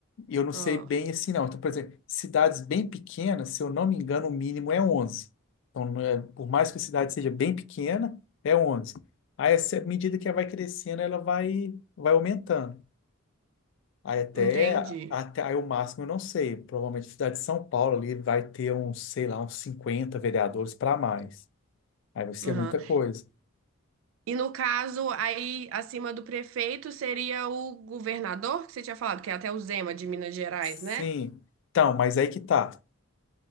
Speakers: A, on the left; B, on the right.
A: E eu não sei
B: Ó,
A: bem assim, não. Então, por exemplo, cidades bem pequenas, se eu não me engano, o mínimo é 11. Então, não é- por mais que a cidade seja bem pequena, é 11. Aí, essa- à medida que ela vai crescendo, ela vai, vai aumentando. Aí, até,
B: entendi.
A: até aí, o máximo eu não sei. Provavelmente, a cidade de São Paulo ali vai ter uns, sei lá, uns 50 vereadores para mais. Aí vai ser
B: Aham.
A: muita coisa.
B: E no caso, aí acima do prefeito seria o governador, que você tinha falado, que é até o Zema de Minas Gerais,
A: Sim.
B: né?
A: Então, mas aí que tá.